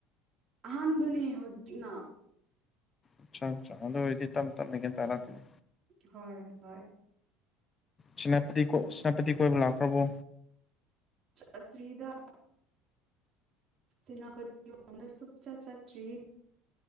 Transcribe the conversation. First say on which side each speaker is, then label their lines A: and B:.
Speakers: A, on the right; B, on the left.
A: ꯑꯍꯥꯟꯕꯥꯟꯕꯅꯦ ꯍꯧꯖꯤꯅ
B: ꯑꯆꯥ ꯑꯆꯥ ꯑꯗꯨꯗꯣ ꯑꯣꯏꯗꯤ ꯊꯝ ꯊꯝꯃꯤ ꯀ ꯇꯔꯛꯀꯅꯤ
A: ꯍꯣꯏ ꯍꯣꯏ
B: ꯁꯅꯥꯇ ꯁꯦꯅꯥꯄꯇꯤ ꯀꯣꯏꯕ ꯂꯥꯛꯈ꯭ꯔꯕꯣ
A: ꯆꯇ꯭ꯔꯤꯗꯥ ꯇꯅꯥꯄ ꯑꯟꯗ ꯁꯨꯞꯆꯥ ꯆꯇ꯭ꯔꯤ